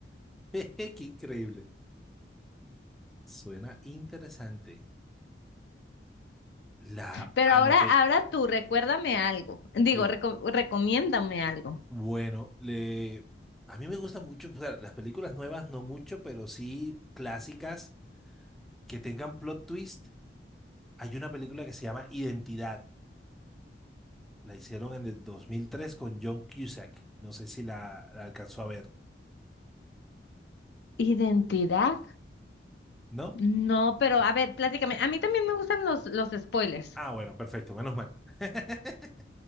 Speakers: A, in the centre; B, on the left.
A: <laughs> Qué increíble. Suena interesante. La
B: Pero
A: anoté.
B: ahora, ahora tú, recuérdame algo. Digo,
A: Diga,
B: reco- recomiéndame algo.
A: bueno, le... a mí me gustan mucho, o sea, las películas nuevas no mucho, pero sí clásicas que tengan plot twist. Hay una película que se llama Identidad. La hicieron en el 2003 con John Cusack. No sé si la, la alcanzó a ver,
B: ¿Identidad?
A: ¿no?
B: No, pero a ver, pláticame. A mí también me gustan los, los spoilers.
A: Ah, bueno, perfecto, menos mal. <laughs>